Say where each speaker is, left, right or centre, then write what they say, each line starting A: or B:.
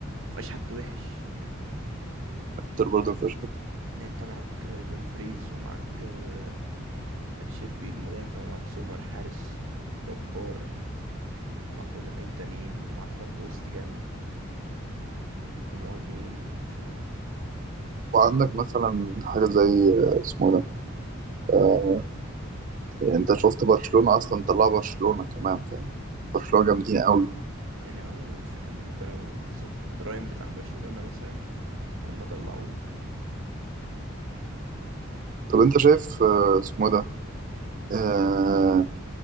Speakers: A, on the right; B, on the right.
A: مفيهاش حد وحش
B: كتير برضو في
A: ما انت معاك دومفريز ومعاك آه، تشيربي المدافع ومعاك سومر حارس جبار ومعاك مدافعين تانيين ومعاك خط وسط جامد ومهاجمين فاهم
B: وعندك مثلا حاجة زي آه، اسمه إيه ده آه، يعني انت شفت برشلونة اصلا طلع برشلونة كمان فاهم برشلونة جامدين قوي
A: يعني اه الفكرة ان هما كانوا بالظبط برايم بتاع برشلونة مثلا وهم طلعوه فاهم
B: طب انت شايف آه، اسمه إيه ده آه